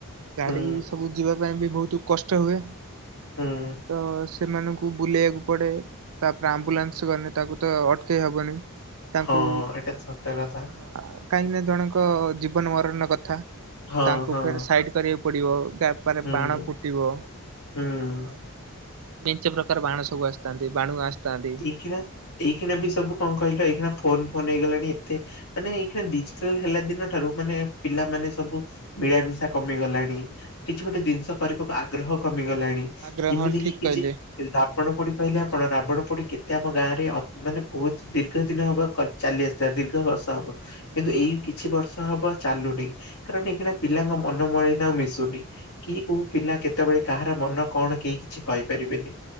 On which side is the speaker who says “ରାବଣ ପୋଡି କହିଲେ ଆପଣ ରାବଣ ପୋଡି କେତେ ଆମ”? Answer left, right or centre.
Left